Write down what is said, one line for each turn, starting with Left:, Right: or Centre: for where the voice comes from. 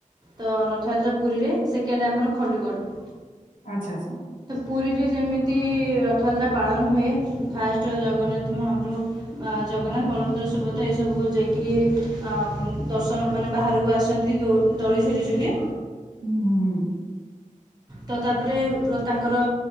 Right: ତ ରଥଯାତ୍ରା ପୁରୀରେ। ସେକେଣ୍ଡ ଆମର ଖଣ୍ଡୁଗଡ଼।
Left: ଆଛା ଆଛା।
Right: ପୁରୀରେ ଯେମି ତି ରଥଯାତ୍ରା ପାଳନ ହୁଏ ଫାଷ୍ଟ ଜଗନ୍ନାଥ ମହାପ୍ରଭୁ ବା ଜଗନ୍ନାଥ,
Left: ହୁଁ
Right: ବଳଭଦ୍ର, ସୁଭ ତ ଏସବୁ ଯାଇକିରି ଆ ଦର୍ଶନ ମାନେ ବାହାରକୁ ଆସନ୍ତି ଦୋ ଦଳି ଝୁଲି ଝୁଲି।
Left: ହୁଁ।
Right: ତ ତାପରେ ତାଙ୍କର